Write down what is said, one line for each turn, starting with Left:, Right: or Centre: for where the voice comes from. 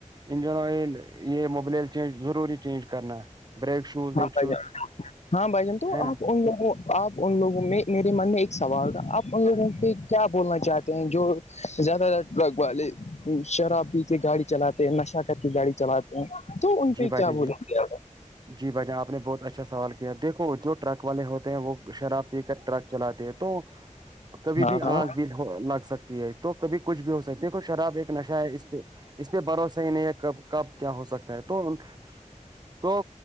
Right: انجین اوئل یہ مبلیل چینج ضروری چینج کرنا بریک شوز
Left: بھائ
Right: شوز
Left: جان ہاں بھائی جان تو
Right: ہے نا
Left: آپ ان لوگوں آپ ان لوگوں میں میرے من میں ایک سوال تھا آپ ان لوگوں پہ کیا بولنا چاہتے ہیں جو زیادہ تر ٹرک والے شراب پیتے گاڑی چلاتے نشہ کر کے گاڑی چلاتے تو ان
Right: جی
Left: پہ
Right: بھائی
Left: کیا
Right: جان جی
Left: بولیں گے
Right: جی بھائی جان آپ نے بہت اچھا سوال کیا دیکھو جو ٹرک والے ہوتے ہیں وہ شراب پی کر ٹرک چلاتے ہے تو کبھی بھی
Left: ہاں ہاں
Right: آنکھ بھی ہو لگ سکتا ہے تو کبھی کچھ بھی ہو سکتی ہے دیکھو شراب ایک نشہ ہے اس پہ اس پہ بھروسہ ہی نہیں ہے کب کب کیا ہو سکتا ہے تو تو